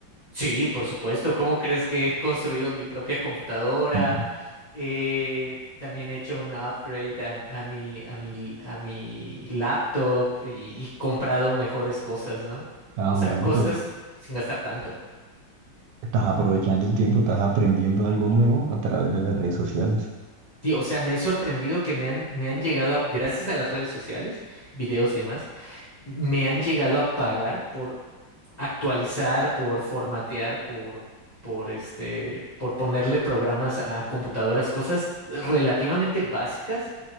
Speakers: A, on the left (about 55°); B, on the right (about 85°).
A: Sí, por supuesto. ¿Cómo crees que he construido mi propia computadora?
B: Mm.
A: Eh, también he hecho un upgrade a, a mi, a mi, a mi laptop y, y comprado mejores cosas, ¿no?
B: Ah,
A: O sea,
B: bueno,
A: Mm, cosas
B: pero
A: sin gastar tanto.
B: estás aprovechando el tiempo, estás aprendiendo algo nuevo a través de las redes sociales.
A: Sí, o sea, me he sorprendido que me han, me han llegado a, gracias a las redes sociales, videos y demás, me han llegado a pagar por actualizar, por formatear, por, por este, por ponerle programas a computadoras, cosas relativamente básicas,